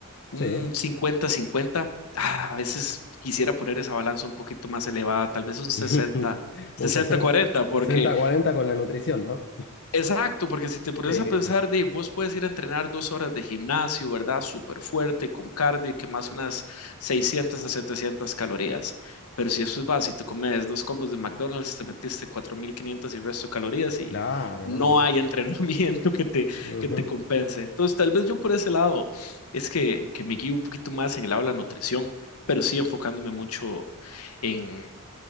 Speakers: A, on the left; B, on the left.
A: un
B: Sí.
A: cincuenta-cincuenta Ah, a veces quisiera poner esa balanza un poquito más elevada, tal vez un sesenta
B: <laughs>
A: sesenta
B: Un sesenta
A: cuarenta porque
B: sesenta cuarenta con la nutrición, ¿no?
A: Exacto, porque si te pones
B: Sí,
A: a pensar,
B: sí.
A: de, vos puedes ir a entrenar dos horas de gimnasio, ¿verdad? Súper fuerte, con cardio, y que más unas 600 a 700 calorías. Pero si eso es básico, te comes dos combos de McDonald's, te metiste 4.500 y el resto de calorías y
B: Claro,
A: no
B: no,
A: hay entrenamiento <laughs> que te,
B: no.
A: que
B: Ujú.
A: te compense. Entonces, tal vez yo por ese lado es que, que me guío un poquito más en el lado de la nutrición, pero sí enfocándome mucho en,